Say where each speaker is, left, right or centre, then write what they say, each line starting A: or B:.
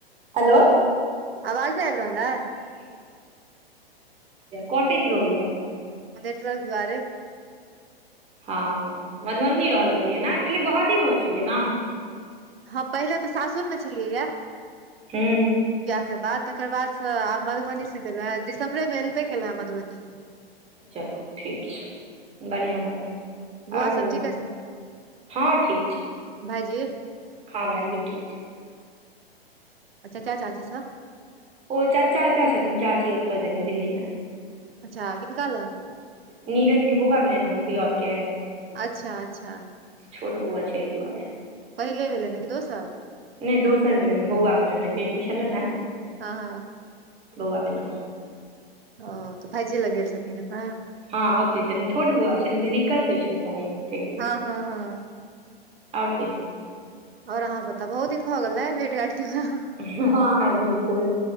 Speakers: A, on the right (about 20°); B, on the right (about 70°).
A: हलो
B: आवाज नइ आबि रहल है
A: कटैत रहैया
B: नेटवर्क दुआरे
A: हँ मधुबनी रहय लगलियै नैय पहिले गुवहटी रहै छलियै न
B: हँ पहिले तऽ सासुर मे छलियै य
A: हूँ
B: बिहके बाद तकर बादसँ आब मधुबनी से गेल हँ दिसम्बरेमे एयबे केलहु हँ मधुबनी
A: चलू ठीक छै बढ़िआँ बात
B: बोआ
A: आओर
B: सब
A: कहियौ
B: ठीक आछि नऽ
A: हँ ठीक छै
B: भाईजी
A: हँ भाईजीयो ठीक छै
B: आ चचा चाची सब
A: ओ चाचा ए तऽ छथिन चाची ओतऽ छथिन दिल्लीमे
B: अच्छा किनका लग
A: नीरज के बौआ भेलैए न हमर दियौर के
B: अच्छा अच्छा
A: छोट बुआ छै एहि दुआरे
B: पहिले भेलै न कि दोसर
A: नहि दोसर भेलनि ने बौआ भेलै ने बेटी छलनि हे
B: हँ
A: बौआ भेलनि हन
B: ओ तऽ भाईजी लग गेल छथिन हँ
A: हँ ओते छथिन छोट बौआ छै ने त दिक्कत होइ छै ने कनि तेय दुआरे
B: हँ हँ हँ
A: आओर कहीयो
B: और अहाँ बताबु बहुत दिन भऽ गेल है भेट घाट केला
A: हँ हँ बिल्कुल